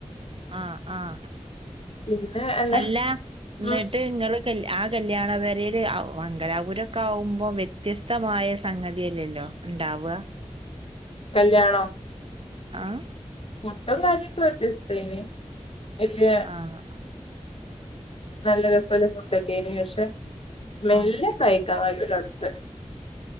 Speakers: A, on the right (about 50°); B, on the left (about 55°).
A: ആഹ് ആഹ്
B: പിന്നെ അല്ല
A: അല്ലാ എന്നി
B: ഉം
A: - ട്ട് നിങ്ങള് കല്യ ആഹ് കല്യാണ പെരെല് മംഗലാപുരൊക്കെ ആവുമ്പോ വ്യത്യസ് ത്തമായ സംഗതിയല്ലല്ലോ ഇണ്ടാവുക
B: കല്യാണം
A: ആഹ്
B: ഫുഡും കാര്യക്കെ വ്യത്യസ്ഥവാണേ വല്യ-
A: ആഹ്
B: നല്ല രസല്ല ഫുഡൊക്കെനി പക്ഷെ മെല്ലെ
A: ആഹ്
B: സയ് കായൂരട്ത്ത് <unintelligible>